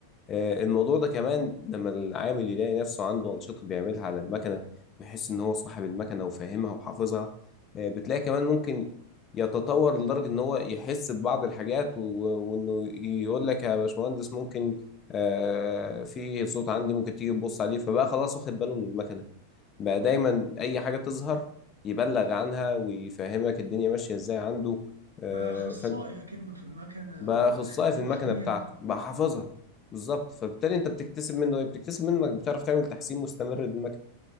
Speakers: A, on the left; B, on the right.
A: آه، الموضوع ده كمان لما العامل يلاقي نفسه عنده أنشطة بيعملها على المكنة ويحس إن هو صاحب المكنة وفاهمها وحافظها آه، بتلاقي كمان ممكن يتطور لدرجة إن هو يحس ببعض الحاجات و- وإنه يقول لك يا باشمهندس ممكن آه، في صوت عندي ممكن تيجي تبص عليه فبقى خلاص واخد باله من المكنة بقى دايما أي حاجة تظهر يبلغ عنها ويفهمك الدنيا ماشية إزاي عنده آه،
B: بقى أخصائي
A: فأنت
B: أكنه في المكنة
A: بقى
B: وبقى
A: اخصائي
B: خبير
A: في المكنه
B: فيها
A: بتاعته بقى حافظها بالظبط فبالتالي انت بتكتسب منه ايه بتكتسب منك بتعرف تعمل تحسين مستمر للمكنه